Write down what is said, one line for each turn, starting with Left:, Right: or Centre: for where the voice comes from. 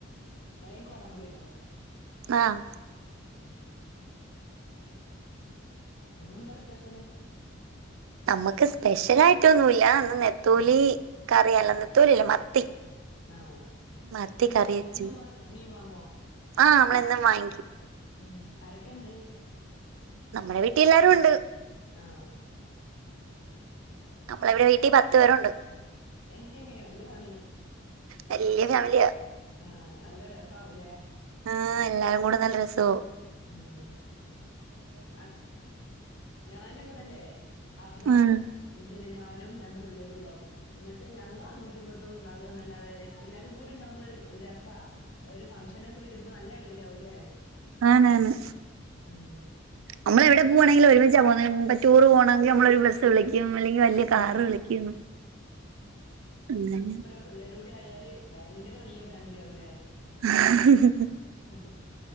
Left: അല്ലെങ്കി കൊടംമ്പുളിയിടണം
Right: ആഹ്
Left: ഉം ഇന്നെന്താ സ്പെഷ്യല്
Right: നമ്മക്ക് സ്പെഷ്യലായിട്ടൊന്നൂല്ല ഇന്ന് നെത്തോലി
Left: ആ
Right: കറിയല്ല നെത്തോലിയല്ല മത്തി
Left: ആഹ്
Right: മത്തി
Left: എന്നു
Right: കറി വെച്ചു
Left: എന്നും മ്മർ മീൻ വാങ്ങോ
Right: ആഹ് നമ്മളെന്നും വാങ്ങിക്കും
Left: ഉം ആരൊക്കെ ഇണ്ട്
Right: നമ്മടെ വീട്ടിൽ എല്ലാരു ഉണ്ട്
Left: ആഹ്
Right: അപ്പളെ ഇവിടെ വീട്ടിൽ പത്ത് പേരുണ്ട്
Left: ഏഹ്ഹ് വല്ല്യ ഫാ
Right: വല്ല്യ ഫാമിലിയാ
Left: ആഹ് നല്ല രസാവൂലേ
Right: ആഹ് എല്ലാരും കൂടെ നല്ല രസാവും
Left: ഉം അ ഞാന് ഇവിടില്ലേ ഹസ്ബന്റും
Right: ഉം
Left: പിന്നെ ഞാനും രണ്ട് പിള്ളേരുള്ളു എന്നിട്ട് ഞങ്ങള് അങ്ങട്ടും ഇങ്ങട്ടും ഇതാ ആവന്നല്ലാതെ എല്ലാരും കൂടി ഇണ്ടാഉമ്പോ ഒര് രസാ ഒരു ഫംഗ്ഷനൊക്കെ വരുമ്പം നല്ല അടിപൊളി ആവുംല്ലേ
Right: ആന്ന് ആന്ന്
Left: ഉം
Right: നമ്മള് എവിടെ പോവാണെങ്കിലും ഒരുമിച്ചാ പോന്നെ ഇപ്പം ടൂറ് പോണോങ്കി നമ്മളൊരു ബസ് വിളിക്കും അല്ലെങ്കി വല്ല്യ കാറ്
Left: ആ
Right: വിളിക്കും അങ്ങനെ
Left: പിള്ളേരൂടി ആയാല് ഭയങ്കര വല്ല്യ ഫാമിലിയാവുലേ
Right: <unintelligible>
Left: <unintelligible>